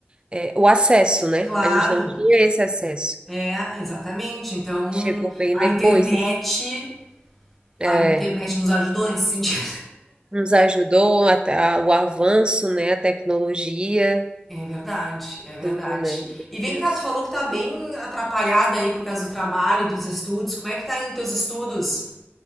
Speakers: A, on the right; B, in the centre.
A: É, o acesso, né?
B: Claro,
A: A gente não tinha esse acesso.
B: é, exatamente. Então,
A: Chegou bem
B: a
A: depois.
B: internet,
A: assim. É,
B: a internet nos ajudou nesse sentido.
A: nos ajudou até a- o avanço, né? A tecnologia,
B: É verdade, é verdade.
A: tudo, né? Meu
B: E vem
A: Deus.
B: cá, tu falou que tá bem atrapalhada aí por causa do trabalho e dos estudos. Como é que tá indo teus estudos?